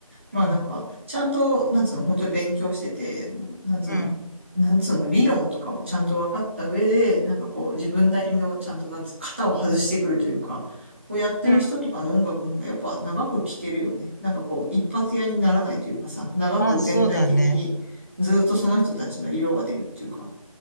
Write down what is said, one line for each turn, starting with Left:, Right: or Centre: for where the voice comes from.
Right: まあなんか、
Left: うん、
Right: ちゃんと、なんつうの、本当に勉強してて、なんつうの、
Left: うん、
Right: なんつうの、理論とかをちゃんと分かった上で、なんかこう、自分なりの、ちゃんと、なんつう、型を外してくるというか、をやってる人とかの音楽の方がやっぱ長く聴けるよね。
Left: うん。うん
Right: なんかこう、一発屋にならないというかさ、長く全体的にずっとその人たちの色が出るっていうか、
Left: まあ、そうだね。